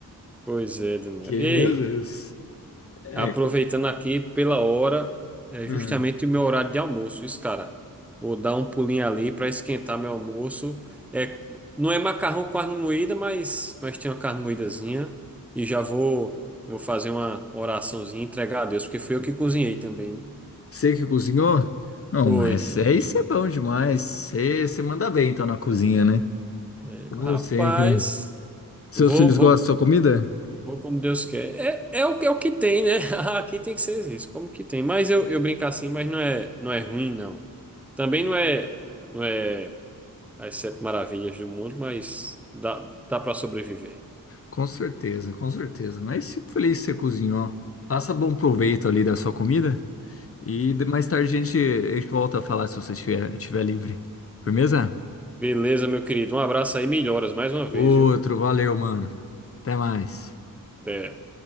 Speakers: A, in the centre; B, on the left.
A: pois é, Daniel.
B: Que,
A: Ei,
B: meu Deus. É,
A: aproveitando
B: co-
A: aqui pela hora, é
B: hum.
A: justamente o meu horário de almoço, isso, cara. Vou dar um pulinho ali para esquentar meu almoço. É, não é macarrão com carne moída, mas, mas tem uma carne moídazinha. E já vou, vou fazer uma oraçãozinha e entregar a Deus, porque fui eu que cozinhei também.
B: Você que cozinhou? Não,
A: Foi.
B: mas
A: E-
B: é isso é bom demais. Você, você manda bem, então, na cozinha, né?
A: é,
B: Como
A: rapaz,
B: sempre. Seus
A: vou,
B: filhos
A: vou
B: gostam da sua comida?
A: Vou como Deus quer. É, é, o, é o que tem, né? <laughs> Aqui tem que ser isso, como que tem. Mas eu, eu brinco assim, mas não é, não é ruim, não. Também não é, não é as sete maravilhas do mundo, mas dá, dá para sobreviver.
B: Com certeza, com certeza. Mas fico feliz que você cozinhou. Faça bom proveito ali da sua comida. E de- mais tarde a gente, a gente volta a falar se você estiver, estiver livre. Firmeza?
A: Beleza, meu querido. Um abraço aí, melhoras mais uma vez,
B: Outro,
A: viu?
B: valeu, mano. Até mais.
A: Até.